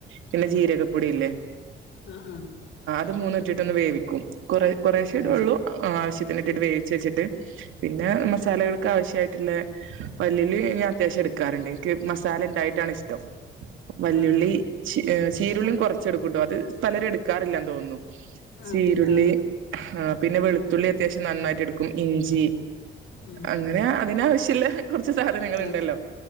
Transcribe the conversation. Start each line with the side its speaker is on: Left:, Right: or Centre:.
Right: പിന്നെ ജീരകപ്പൊടി ഇല്ലേ
Left: ആഹ് ആഹ്
Right: ത് മൂന്നും ഇട്ടിട്ടൊന്ന് വേവിക്കും കൊറേ കൊറേഷേ
Left: ഉം
Right: ഇടൊള്ളൂ ആവശ്യത്തിനിട്ടിട്ട്
Left: ഉം
Right: വേ ച്ചെച്ചിട്ട് പിന്നെ
Left: ഉം
Right: മസാലകൾ ആവശ്യായിട്ടുള്ള വല്ലള്ളി ഞാൻ അത്യാവശ്യം എട്ക്കാറ്ണ്ട് എനിക്ക് മസാല ഇണ്ടായിട്ടാണ് ഇഷ്ടം വല്ലുള്ളി
Left: ആഹ്
Right: ചി ചീരുള്ളീം കൊറച്ച് എടുക്കും ട്ടൊ അത് പലരും എടുക്കാറില്ലന്ന് തോന്നുന്നു
Left: ആഹ്
Right: ചീരുള്ളി
Left: ആഹ്
Right: ആ പിന്നെ
Left: ഉം
Right: വെളുത്തുള്ളി അത്യാവശ്യം നന്നാ ക്കും ഇ ഞ്ചി
Left: ഉം
Right: അങ്ങനെ അതിനാവശ് ട്ടില്ല കൊറച്ച് സാധനങ്ങൾ
Left: ആ ആ
Right: ഇണ്ടല്ലോ